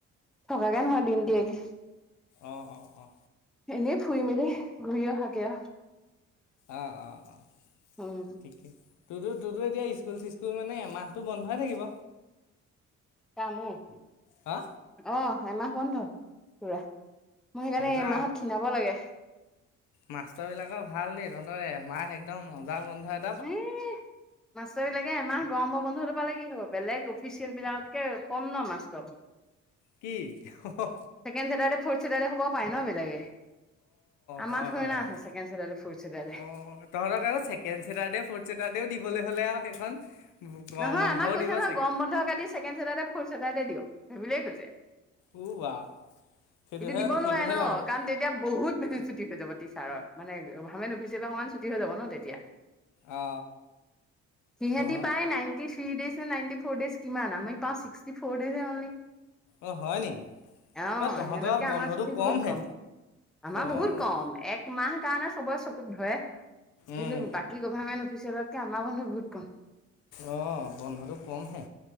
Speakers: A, in the centre; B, on the left.
A: থকাকে নহয় দিনটিয়াগে।
B: অ অ অ
A: এনেই ফুৰি মেলি ঘূৰি অহাকে আ
B: অ অ অ
A: উম
B: ঠিকেই তোতো তোতো এতিয়া স্কুল স্কুল স্কুল মানে এমাহটো বন্ধই থাকিব?
A: কা মোৰ
B: হা?
A: অ এমাহ বন্ধ পুৰা মই সেইকাৰণে
B: মজা
A: এইমাহত ক্ষিণাব লাগে।
B: মাষ্টৰ বিলাকৰ ভাল দেই তহঁতৰ এমাহ একদম মজা বন্ধ এ
A: ই মাষ্টৰ বিলাক- তে এমাহ গৰমৰ বন্ধটো পালে কি হ'ব বেলেগ অফিচিয়েল বিলাকতকে কম ন মাষ্টৰ।
B: কি অ।
A: ছেকেণ্ড চেটাৰদে ফ'ৰ্ট চেটাৰদে হ'ব পাৰে ন বেলেগে আমাৰ
B: হয়
A: থৰি
B: হয়
A: না
B: হয়
A: আছে ছেকেণ্ড চেটাৰদে ফ'ৰ্ট চেটাৰদে।
B: অ' তহঁতক আৰু ছেকেণ্ড চেটাৰডে ফ'ৰ্ড চেটাৰদেও দিবলৈ হ'লে আও সেইখন গৰম
A: নহয়
B: বন্ধও
A: আমাক কৈছে
B: দিব
A: নহয়
B: চাগে
A: গৰম বন্ধ কাটি ছেকেণ্ড চেটাৰডে ফৰ্থ চেটাৰডে দিয়ক সেইবুলিয়েই কৈছে।
B: ও বা সেইটোহে
A: কিন্তু দিব
B: সেইটোহে
A: নোৱাৰে ন
B: লাগেনে
A: কাৰণ তেতিয়া বহুত বেছি ছুটি হৈ যাব টিচাৰৰ মানে গভমেণ্ট অফিচ পৰা অকমান ছুটি হৈ যাব ন তেতিয়া।
B: অ
A: সিহঁতি
B: হয়।
A: পাই নাইনটি ত্ৰি দেছ নে নাইনটি ফৰ দেছ কিমান আমি পাওঁ ছিক্সতি দেছহে অনলি?
B: অ' হয় নেকি
A: আহ
B: অ' তহঁতৰ
A: সিহঁততকে
B: বন্ধটো
A: আমাৰ ছুটি
B: কমহে
A: বহুত কম। আমাৰ
B: অ'
A: বহুত কম এক এমাহ কাৰণে চবৰে চকুত ধৰে কিন্তু
B: উম
A: বাকী গভাৰ্মেণ্ট অফিচিয়েলতকে আমাৰ বন্ধ বহুত কম।
B: অ বন্ধটো কমহে।